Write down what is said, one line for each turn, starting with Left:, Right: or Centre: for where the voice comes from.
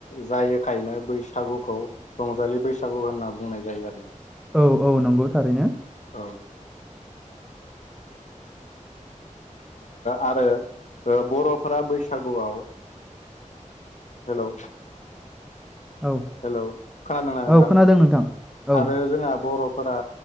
Left: जायोखायनो बैसागुखौ रंजालि बैसागु होनना बुंनाय जायो आरो
Centre: औ औ नंगौ थारैनो
Left: नोंथां। औ आरो बर'फोरा बैसागुआव हेलौ
Centre: औ
Left: हेलौ खोनादोंना नोंथां
Centre: औ खोनादों नोंथां औ
Left: आरो जोंआ बर'फोरा